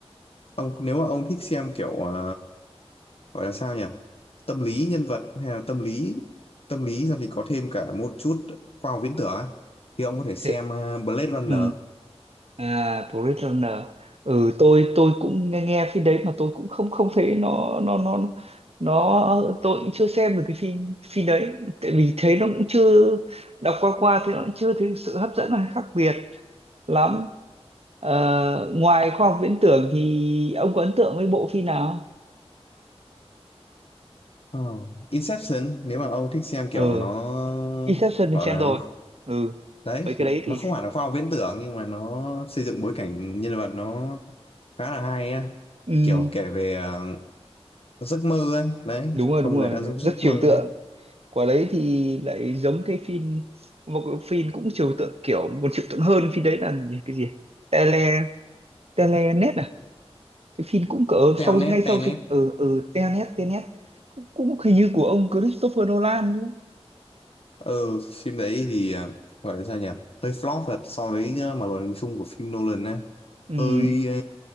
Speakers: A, on the left (about 60°); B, on the right (about 65°).
A: ông nếu mà ông thích xem kiểu à, gọi là sao nhỉ tâm lý nhân vật hay là tâm lý tâm lý xong thì có thêm cả một chút khoa học viễn tưởng á. thì ông có thể xem
B: thế-
A: ờ, Blade Runner
B: ừ À, Blade Runner. Ừ, tôi tôi cũng nghe nghe phim đấy mà tôi cũng không không thấy nó nó nó nó tôi cũng chưa xem được cái phim phim đấy tại vì thấy nó cũng chưa đọc qua qua thì nó cũng chưa thấy sự hấp dẫn hay khác biệt lắm. Ờ, ngoài khoa học viễn tưởng thì ông có ấn tượng với bộ phim nào?
A: Ờ. Inception nếu mà ông thích xem
B: Ừ,
A: kiểu nó
B: Inception thì
A: gọi
B: xem
A: là
B: rồi.
A: nó,
B: Ừ,
A: đấy
B: mấy cái đấy thì
A: nó không hẳn là khoa học viễn tưởng nhưng mà nó xây dựng bối cảnh nhân vật nó khá là hay á
B: ừ,
A: kiểu kể về ờ, giấc mơ ấy đấy
B: đúng
A: kiểu
B: rồi
A: con
B: đúng rồi,
A: người đã giống giấc
B: rất trừu
A: mơ
B: tượng.
A: ấy
B: quả đấy thì lại giống cái phim một cái phim cũng trừu tượng kiểu một trừu tượng hơn phim đấy là gì- cái gì tele telenet à cái phim cũng cỡ
A: theo
B: sau
A: nét
B: ngay
A: tenet
B: sau sự- ở ở telenet telenet cũng, cũng hình như của ông Christopher Nolan đúng không
A: ừ phim đấy thì à, gọi là sao nhỉ hơi flop là so với ờ, mặt bằng chung của phim Nolan á
B: ừ,
A: hơi ờ,